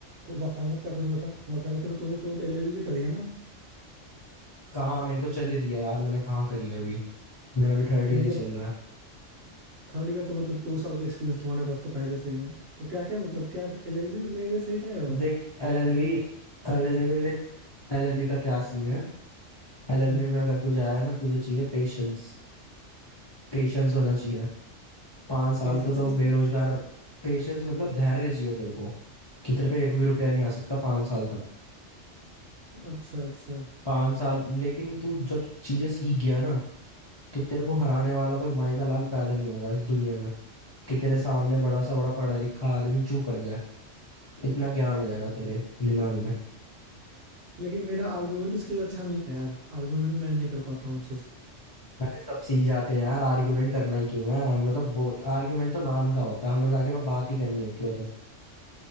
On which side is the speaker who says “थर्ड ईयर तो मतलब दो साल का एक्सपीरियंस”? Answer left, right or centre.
Right